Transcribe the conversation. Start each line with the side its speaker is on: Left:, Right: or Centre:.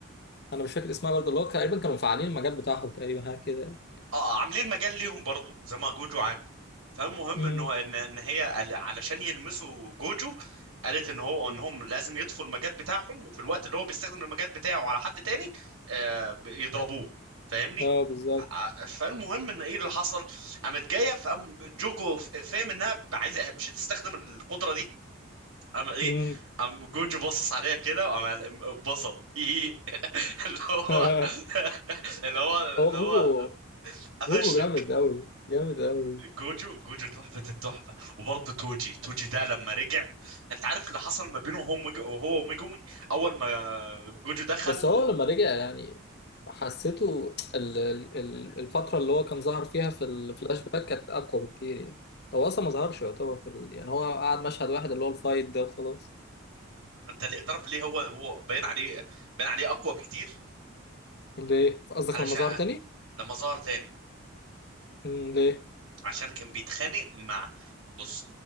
Left: انا مش فاكر اسمها برضه اللي هو تقريبا كانوا مفعلين المجال بتاعهم تقريبا حاجة كده
Right: اه عاملين مجال ليهم برضو زي ما جوجو عامل فالمهم
Left: امم
Right: انه ان ان هي قال- علشان يلمسوا جوجو قالت ان هو انهم لازم يطفوا المجال بتاعهم وفي الوقت اللي هو بيستخدم المجال بتاعه على حد تاني آه ب- يضربوه فاهمني
Left: اه بالظبط
Right: ف- فالمهم ان ايه اللي حصل قامت جايه فقام جوجو ف- فاهم انها عايزه مش هتستخدم القدره دي قام ايه
Left: امم
Right: قام جوجو باصص عليها كده وقام قال- اتبسط <laughs> اللي
Left: <laughs>
Right: هو <laughs> اللي هو
Left: هو
Right: اللي هو
Left: هوجو
Right: قفشتك
Left: هوجو جامد قوي جامد قوي
Right: جوجو جوجو تحفة التحفة وبرضه توجي توجي ده لما رجع انت عارف اللي حصل ما بينه هو وميج- وهو وميجومي اول ما جوجو دخل
Left: بس هو
Right: و...
Left: لما رجع يعني حسيته ال- ال- ال- الفترة اللي هو كان ظهر فيها في الفلاش باك كانت أقوى بكتير يعني هو أصلا ما ظهرش يعتبر في ال... يعني هو قعد مشهد واحد اللي هو الفايت ده وخلاص
Right: انت اللي اعترف ليه هو هو باين عليه باين عليه اقوى بكتير
Left: ليه؟ قصدك
Right: علشان
Left: لما ظهر تاني؟
Right: لما ظهر تاني
Left: مم ليه؟
Right: عشان كان بيتخانق مع بص